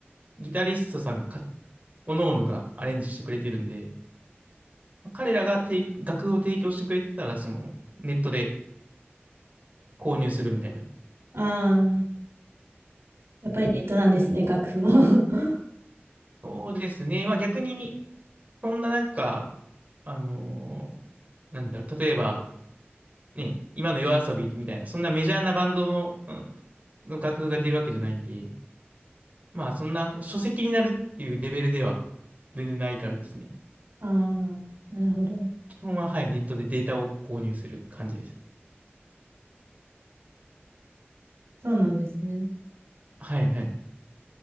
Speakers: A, on the right; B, on the right.
A: ギタリストさんがか、おのおのがアレンジしてくれてるんで、彼らがて楽譜を提供してくれてたら、その、ネットで購入するみたいな。
B: ああー、やっぱりネットなんですね、
A: うん
B: 楽譜も。<laughs>
A: そうですね。まあ逆に、そんななんか、あのーなんだろう、例えば、ね、今の夜遊びみたいな、そんなメジャーなバンドの、うんの楽譜が出るわけじゃないんで、まあ、そんな書籍になるっていうレベルでは全然ないからですね。
B: ああ、なるほど。
A: 基本は、はい、ネットでデータを購入する感じです。
B: そうなんですね。
A: はいはい。